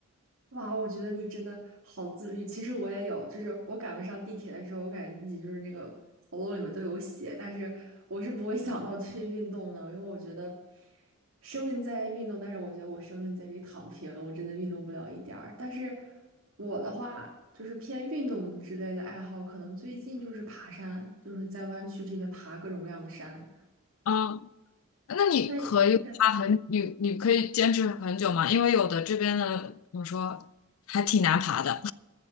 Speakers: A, on the right; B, on the left.
A: 哇，我觉得你真的好自律。其实我也有，就是我赶不上地铁的时候，我感觉自己就是那个喉咙里面都有血，但是我是不会想到去运动的，因为我觉得生命在于运动，但是我觉得我生命在于躺平，我真的运动不了一点儿。但是我的话，就是偏运动之类的爱好，可能最近就是爬山，就是在湾区这边爬各种各样的山。
B: 嗯，那你可以爬很，
A: 那。
B: 你你可以坚持很久吗？因为有的这边的怎么说，还挺难爬的。